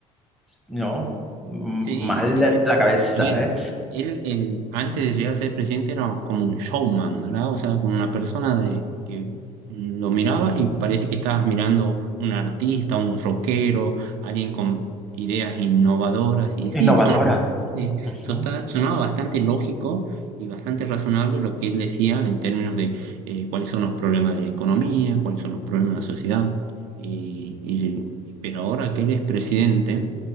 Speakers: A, in the centre; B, on the right.
A: ¿no? m-
B: Sí,
A: mal
B: sí,
A: de
B: no es
A: la
B: que-
A: cabeza,
B: a ver,
A: ¿eh?
B: él, él, antes de llegar a ser presidente era como un showman, ¿verdad? O sea, como una persona de que lo mirabas y parece que estabas mirando un artista, un rockero, alguien con ideas innovadoras. Y sí,
A: Innovadoras.
B: sonaba, bastante-
A: Ujú,
B: sosta- sonaba bastante lógico y bastante razonable lo que él decía en términos de eh, cuáles son los problemas de la economía, cuáles son los problemas de la sociedad. Y, y- pero ahora que él es presidente